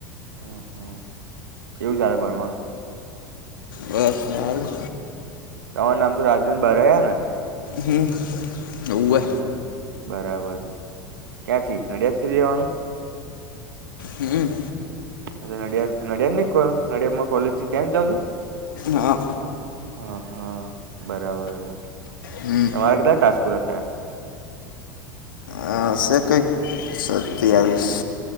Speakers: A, on the right (about 65°); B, on the left (about 65°).
A: હ હમ એવું ચાલે ભનવાનું
B: બસ સારું
A: તમાર નામ તો રાજેન બરયા ને
B: હમ હોવે
A: હમ હા બરાબર છે ક્યાંથી નડિયાદ થી દેવાનું
B: હમ
A: અ નડિયાદ નડિયાદ નહી કો નડિયાદ માં કોલ છે કેમ જઉ છ
B: હા
A: હ હા બરાબર છે.
B: હમ
A: તમારા કેટલા ટાજપુરા છે
B: હ સ એકઈસો તયલીસ